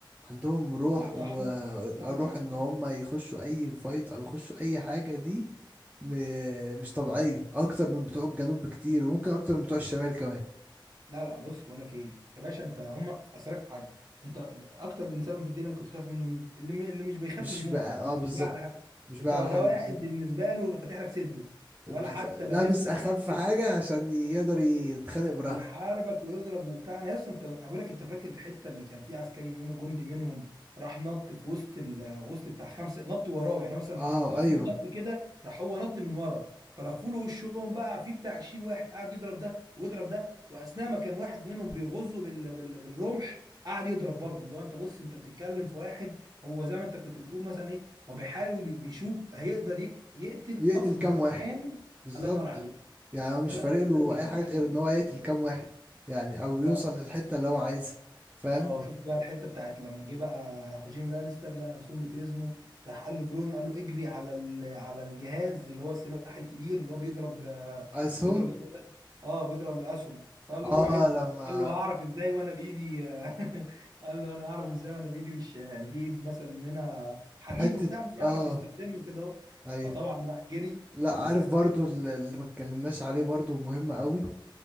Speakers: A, on the right (about 15°); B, on the right (about 50°).
A: عندهم روح
B: الروح بتاعهم
A: وروح
B: لا لا لا
A: ان هم يخشوا اي فايت او يخشوا اي حاجه دي م... مش طبيعيه اكتر من بتوع الجنوب بكتير وممكن اكتر من بتوع الشمال كمان
B: لا لا بص بقول لك ايه يا باشا انت هم اسالك في حاجه انت اكتر انسان في الدنيا ممكن تخاف منه مين اللي م... اللي مش بيخاف
A: مش
B: من الموت
A: بقى اه
B: اللي
A: بالظبط
B: مش بقى على حاجه
A: مش
B: انت
A: بقى
B: ده
A: على حاجه
B: واحد
A: بالظبط
B: بالنسبه له فاتح لك صدره ولا
A: بز...
B: حتى لابس
A: لابس
B: لك
A: اخف
B: حته
A: حاجه عشان يقدر يتخانق براحته
B: يحاربك ويضرب وبتاع انا اصلا انت بقول لك انت فاكر الحته اللي كان في عسكري منه جندي منهم راح نط في وسط ال... وسط بتاع خمسه نط وراهم يعني مثلا
A: اه
B: واقفين
A: ايوه
B: صف كده راح هو نط من ورا فلفوا له وشهم بقى في بتاع 20 واحد قاعد يضرب ده ويضرب ده واثناء ما كان واحد منهم بيغزه بال... بال... بالرمح قاعد يضرب برضه اللي هو انت بص انت بتتكلم في واحد هو زي ما انت كنت بتقول مثلا ايه هو بيحاول بيشوف هيقدر يك- يقتل
A: يقتل
B: اكبر
A: كام
B: كام
A: بالظبط
B: الله ينور عليك
A: يعني هو مش
B: لا لا
A: فارق
B: الناس
A: له
B: دي
A: اي حاجه
B: خطيره
A: غير ان هو يقتل كام واحد يعني او
B: لا
A: يوصل للحته اللي هو عايزها فاهم
B: اه شفت بقى الحته بتاعت لما جه بقى راح جيمي لانستر لقى نفسهم بيتهزموا راح قال لبرون قال له اجري على ال- على الجهاز اللي هو السلاح الكبير اللي هو بيضرب آه،
A: اسهم
B: بيضرب اسمه إيه ده اه بيضرب الاسهم فقال له
A: اه
B: روح انت
A: لما
B: قال له هعرف ازاي وانا بايدي آه، <laughs> قال له انا هعرف ازاي وانا بايدي مش يعني في ايد مثلا منها حديد
A: حته
B: وبتاع مش هيعرف
A: اه
B: يستخدمه كده اهو
A: ايوه
B: فطبعا راح جري
A: لا عارف
B: بس الصراحة
A: برضو اللي اللي ما اتكلمناش عليه برضو مهم قوي